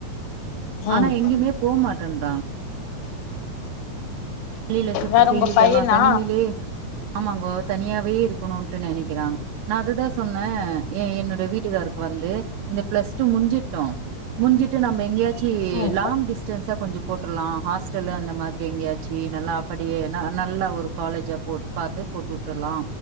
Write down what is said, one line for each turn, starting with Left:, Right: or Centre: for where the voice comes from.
Left: ம்
Right: ஆனா எங்கேமே போ மாட்டேன்து வெளில சுத்து
Left: வேற
Right: செய்ற்தெல்லா
Left: உங்க பையனா
Right: தனிமையிலே ஆமாங்கோ தனியாவே இருக்கணுன்ட்டு நெனைக்கிறாங்க நா அதுதா சொன்னே எ என்னோட வீட் டுகாருக்கு வந்து இந்த பிளஸ் டூ முடுஞ்சிருட்டு முடுஞ்சிட்டு நம்ப எங்கயாவுது <unintelligible>
Left: ம்
Right: லாங் டிஸ்டன்ஸா கொஞ்சம் போட்டர்லா ஹாஸ்டல்லு அந்த மாரி எங்கயாவுது செயினலாம் அப்டியே நல்லா ஒரு காலேஜா போட்டு பாத்து போட்டுவுட்டர்லா